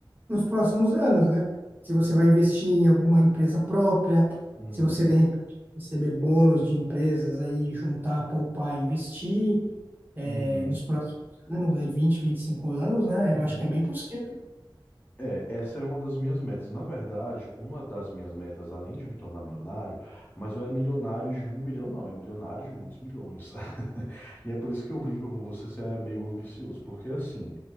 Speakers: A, on the right; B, on the left.
A: nos próximos anos, né? Se você vai investir em alguma empresa própria,
B: uhum,
A: se você de repente receber bônus de empresas aí, juntar, poupar, investir
B: uhum,
A: eh, nos próximos anos, aí vinte, vinte e cinco anos, né?
B: uhum.
A: Eu acho que é bem possível.
B: É, essa é uma das minhas metas. Na verdade, uma das minhas metas, além de me tornar milionário, mas não é milionário de um milhão, não, é milionário de muitos milhões. <laughs> E é por isso que eu brinco com você, você é meio ambicioso, porque assim,